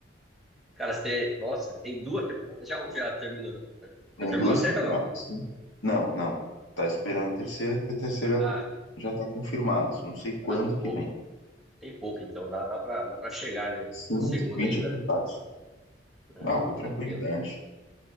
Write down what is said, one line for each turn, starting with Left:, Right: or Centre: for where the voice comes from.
Centre: Cara, você. Nossa, tem duas temporadas já ou já terminou?
Left: Tem
Centre: Já terminou
Left: duas
Centre: a série
Left: temporadas,
Centre: ou não?
Left: sim. Não, não. Tá esperando a terceira, que a terceira
Centre: Ah,
Left: já tá confirmada. Só Não sei quando
Centre: ah, tem pouco.
Left: que vem.
Centre: Tem pouco, então dá, dá pra, dá pra chegar, né?
Left: Sim,
Centre: Na segunda
Left: 20
Centre: ainda.
Left: episódios.
Centre: Não,
Left: Não, com tranquilidade.
Centre: tranquilo.